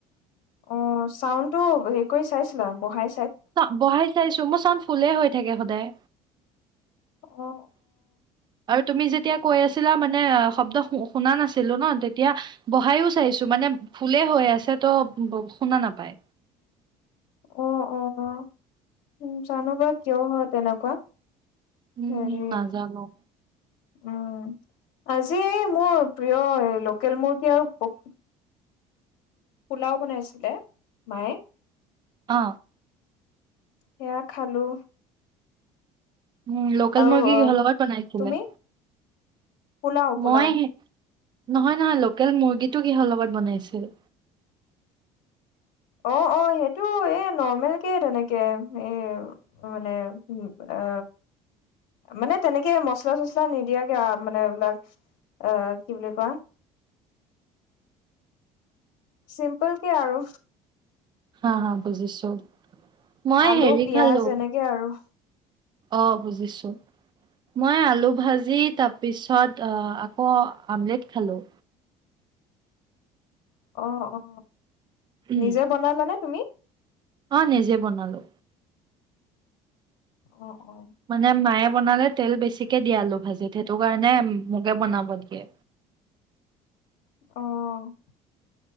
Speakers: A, on the left (about 85°); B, on the right (about 35°).
A: অহ, ছাউণ্ড টো হেৰি কৰি চাইছিলা বহাই
B: <unintelligible> বহাই চাইছো মুচ চাউণ্ড ফুলেই হৈ থাকে সদায়।
A: অ
B: <inaudible> আৰু তুমি যেতিয়া কৈ আছিলা মানে মানে শব্দ শুনা নাছিলো ন তেতিয়া বহাইয়ো চাইছো মানে ভুলেই হৈ আছে ত শুনা নাপায়।
A: অহ -অহ উম জানো বা কিয় হয় তেনেকুৱা।
B: উম,
A: হেৰি
B: নাজানো।
A: উম, আজি মই প্ৰিয় লোকেল মুৰ্গী আৰু ক পোলাও বনাইছিলে মায়ে
B: অ
A: সেয়া খালো
B: উম লোকেল
A: আৰু
B: মুৰ্গী
A: অ
B: কিহ লগত বনাইছিলে
A: তুমি পোলাও পোলাও
B: মই হে- নহয় নহয় লোকেল মুৰ্গীটো কিহৰ লগত বনাইছিল
A: অ অ সেইটো এ নৰ্মেলকে তেনেকে এই মানে এ মানে তেনেকে মচলা চচলা নিদিয়াকে আৱ মানে এইবিলাক আহ কি বুলি কোৱা চিম্পল কে আৰু
B: হা হা বুজিছো মই
A: আলু
B: হেৰি
A: পিয়াঁজ
B: খালো
A: এনেকে আৰু
B: অ বুজিছোঁ মই আলু ভাজি তাপিছত আকৌ আমলেট খালোঁ
A: অ অ
B: উম,
A: নিজে বনালা নে তুমি
B: অ নিজে বনালো
A: অ অ'
B: মানে মায়ে বনালে তেল বেছিকে দিয়ে আলু ভাজিত সেইটো কাৰণে মোকে বনাব দিয়ে
A: অ'